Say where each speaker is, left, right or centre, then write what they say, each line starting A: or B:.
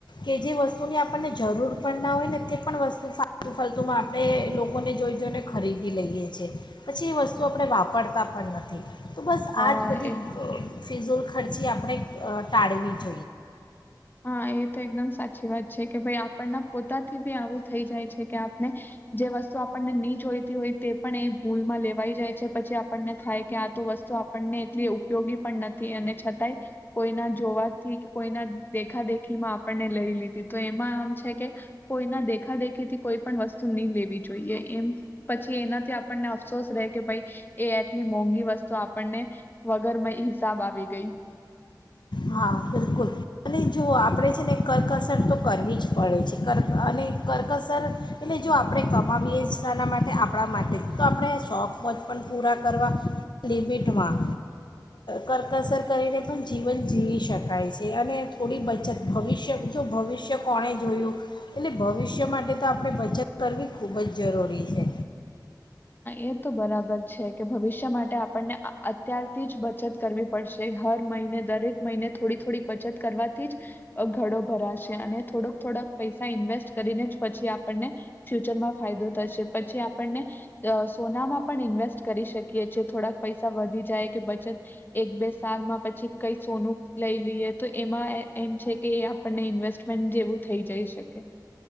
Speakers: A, on the left (about 80°); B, on the left (about 25°).
A: કે જે વસ્તુની આપણને જરૂર પણ ના હોય ને તે પણ વસ્તુ ફાલતુ ફાલતુમાં આપણે લોકોને જોઈ જોઈ ને ખરી લઈએ છે એ પછી એ વસ્તુ આપણે વાપરતા પણ નથી. તો બસ
B: હા
A: આજ બધી
B: એ
A: ફિઝુલ ખર્ચી આપણે ટાળવી જોઈએ.
B: હા એ તો એકદમ સાચી વાત છે કે ભાઈ પણ પોતાથી બી આવું થઈ જાય છે કે આપને જે વસ્તુ આપણને નહી જોઈતી હોય તે પણ એ ભૂલમાં લેવાઈ જાય છે પછી આપણને થાય કે આ તો વસ્તુ આપણને એટલી ઉપયોગી પણ નથી અને છતાંય કોઈના જોવાથી કે કોઈના દેખા દેખીમાં આપણને લઈ લીધી તો એમાં આમ છે કે કોઈના દેખા દેખી થી કોઈ પણ વસ્તુ નહી લેવી જોઈએ એમ પછી એનાથી આપણને અફસોસ રહે કે ભાઈ એ આટલી મોંઘી વસ્તુ આપણને વગરમાંય હિસાબ આવી ગઈ.
A: હા બિલકુલ અને જો આપણે છે ને કર્કસર તો કરવી જ પડે છે કર્ક અને કર્કસર એટલે જો આપણે કમાવીએના માટે આપણ માટે તો આપણે શોખ વચ પણ પૂરા કરવા લિમિટમાં કર્કસર કરીને પણ જીવન જીવી શકાય છે અને થોડી બચત ભવિષ્ય જો ભવિષ્ય કોણે જોયું એટલે ભવિષ્ય માટે તો આપણે બચત કરવી ખૂબ જ જરૂરી છે.
B: એ તો બરાબર છે કે ભવિષ્ય માટે આપણને અત્યારથી જ બચત કરવી પડશે હર મહિને દરેક મહિને થોડી થોડીક બચત કરવાથી જ ઘડો ભરાશે અને થોડક થોડાક પૈસા ઇન્વેસ્ટ કરીને જ પછી આપણને ફ્યુચરમાં ફાયદો થશે પછી આપણને સોનામાં પણ ઇન્વેસ્ટ કરી શકીએી થોડાક પૈસા વધી જાય કે બચત એક બે સાલમાં પછી કઈ સોનું લઈ લઈએ તો એમાં એમ છે કે આપણને ઇન્વેસ્ટમેન્ટ જેવું થઈ જઈ શકે.